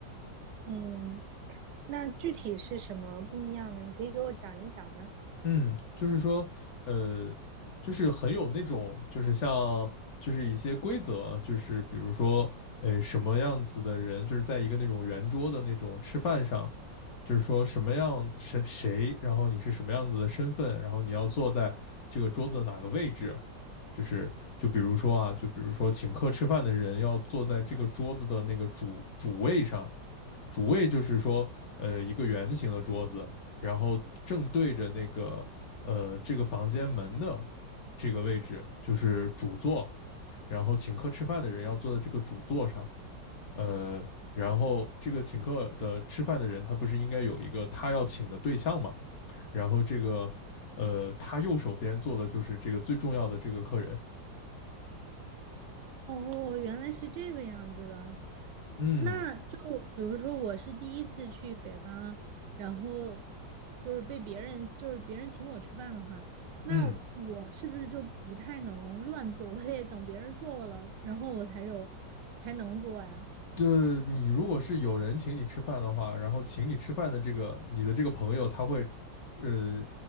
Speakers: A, on the right (about 75°); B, on the left (about 55°).
A: 嗯，那具体是什么不一样的？你可以给我讲一讲吗？
B: 嗯，就是说，呃，就是很有那种，就是像就是一些规则，就是比如说，呃，什么样子的人，就是在一个那种圆桌的那种吃饭上。就是说什么样谁谁，然后你是什么样子的身份，然后你要坐在这个桌子的哪个位置，就是就比如说啊，就比如说请客吃饭的人要坐在这个桌子的那个主主位上，主位就是说呃一个圆形的桌子，然后正对着那个呃这个房间门的这个位置就是主座，然后请客吃饭的人要坐在这个主座上，呃，然后这个请客的吃饭的人，他不是应该有一个他要请的对象嘛？然后这个，呃，他右手边坐的就是这个最重要的这个客人。
A: 哦，原来是这个样子的。
B: 嗯
A: 那就比如说，我是第一次去北方，然后就是被别人，就是别人请我吃饭的话，那我是不是就不太能乱做？
B: 嗯，
A: 我得等别人做了，然后我才有才能做呀。
B: 这你如果是有人请你吃饭的话，然后请你吃饭的这个你的这个朋友，他会，呃。